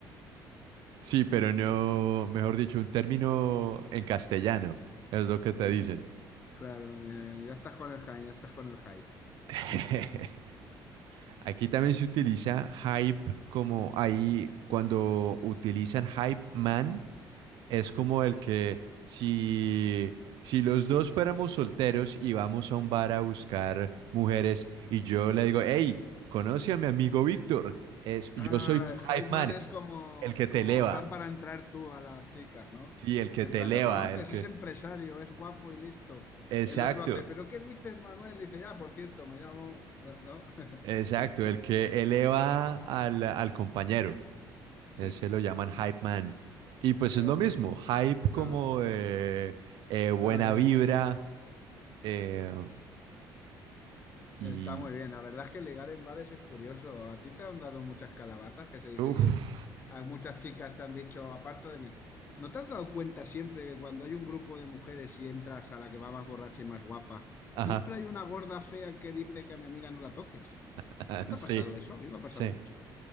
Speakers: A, on the right; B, on the left.
A: Sí, pero no, mejor dicho, un término en castellano, es lo que te
B: sí,
A: dicen.
B: claro, eh, ya estás con el hype, ya estás con el hype.
A: <laughs>
B: Sí,
A: Aquí también se utiliza hype como ahí cuando utilizan hype man. Es
B: sí.
A: como el que si, si los dos fuéramos solteros y vamos a un bar a buscar mujeres y yo le digo, hey, conoce a mi amigo Víctor, es, yo
B: Ah,
A: soy tu
B: hype
A: hype
B: man
A: man,
B: es como,
A: el que te
B: como
A: eleva,
B: en plan para entrar tú a las chicas, ¿no?
A: sí, el que
B: En
A: te
B: plan,
A: eleva,
B: lo conoces,
A: el que...
B: es empresario, es guapo y listo.
A: Exacto,
B: El otro hace, ¿pero qué dices, Manuel? Dice, ya, por cierto, me llamo. ¿No? <laughs>
A: exacto,
B: Sí,
A: el que eleva al, al compañero,
B: sí.
A: ese lo llaman hype man. Y pues
B: Hype
A: es lo mismo,
B: man.
A: hype
B: La,
A: como
B: ve-
A: eh, eh, buena
B: la verdad
A: vibra
B: es que sí.
A: eh, y...
B: Está muy bien. La verdad es que ligar en bares es curioso. ¿A ti te han dado muchas calabazas que se dice
A: Uf,
B: a muchas chicas te han dicho, aparta de mí. ¿No te has dado cuenta siempre que cuando hay un grupo de mujeres y entras a la que va más borracha y más guapa,
A: ajá.
B: siempre hay una gorda fea que dice que a mi amiga no la toques?
A: <laughs> Ah,
B: ¿No te
A: Sí.
B: ha pasado eso? A mí me ha pasado
A: Sí.
B: mucho,